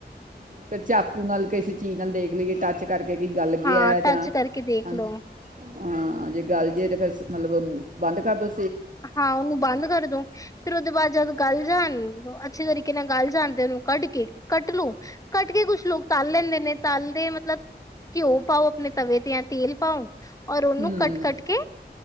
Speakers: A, on the right (about 50°); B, on the left (about 20°).
A: ਫਿਰ ਚਾਕੂ ਨਾਲ ਕਿਸੇ ਚੀਜ਼ ਨਾਲ ਦੇਖ ਲਈਏ ਟੱਚ ਕਰਕੇ ਕਿ ਗਲ ਗਿਆ
B: ਹਾਂ
A: ਹੈ
B: ਟੱਚ
A: ਜਾਂ
B: ਕਰਕੇ ਦੇਖ
A: ਹਾਂ
B: ਲਓ
A: ਹਾਂ ਜੇ ਗੱਲ ਜੇਏ ਤਾਂ ਫਿਰ ਮਤਲਬ ਉਹਨੂੰ ਬੰਦ ਕਰ ਦਉ
B: ਹਾਂ ਉਹਨੂੰ ਬੰਦ ਕਰਦੋ ਫਿਰ ਉਹਦੇ ਬਾਅਦ ਜਦ ਗੱਲ ਜਾਣ ਅੱਛੇ ਤਰੀਕੇ ਨਾਲ ਗੱਲ ਜਾਣਦੇ ਉਹਨੂੰ ਕੱਢ ਕੇ ਕੱਟ ਲੋ ਕੱਟ ਕੇ ਕੁੱਛ ਲੋਕ ਤਲ ਲੈਂਦੇ ਨੇ ਤਲਦੇ ਮਤਲਬ ਘਿਓ ਪਾਓ ਆਪਣੇ ਤਵੇ ਤੇ ਜਾਂ ਤੇਲ ਪਾਓ ਔਰ ਉਹਨੂੰ
A: ਹੂੰ
B: ਕੱਟ ਕੱਟ ਕੇ